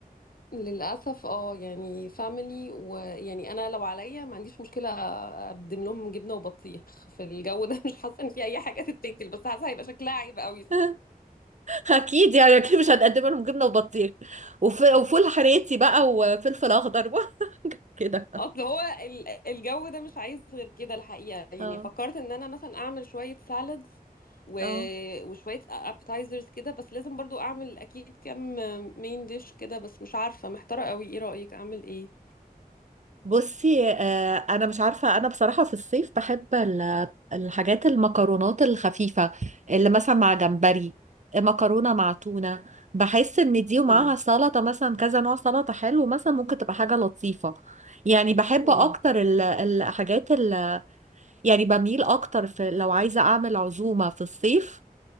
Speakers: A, on the left; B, on the right.
A: للأسف اه يعني فاميلي ويعني أنا لو عليا ما عنديش مشكلة أقدم لهم جبنة وبطيخ في الجو ده <laughs> مش حاسة إن في أي حاجة تتاكل بس حاسة هيبقى شكلها عيب قوي
B: <laughs> اكيد يعني اكيد مش هنقدم لهم جبنه وبطيخ وف... وفول حراتي بقى وفلفل اخضر بقى <laughs> كده
A: أصل هو ال- الجو ده مش عايز غير كده الحقيقة يعني
B: اه
A: فكرت إن أنا مثلا أعمل شوية سالادز و...
B: اه
A: وشوية أبتايزرز كده بس لازم برضو أعمل أكيد كام مين ديش كده بس مش عارفة محتارة قوي إيه رأيك أعمل إيه؟
B: بصي آه انا مش عارفه انا بصراحه في الصيف بحب ال- الحاجات المكرونات الخفيفه اللي مثلا مع جمبري مكرونه مع تونه بحس ان دي ومعاها
A: مم.
B: سلطه مثلا كذا نوع سلطه حلو مثلا ممكن تبقى حاجه لطيفه يعني بحب
A: مم.
B: اكتر ال- الحاجات ال... يعني بميل اكتر في لو عايزه اعمل عزومه في الصيف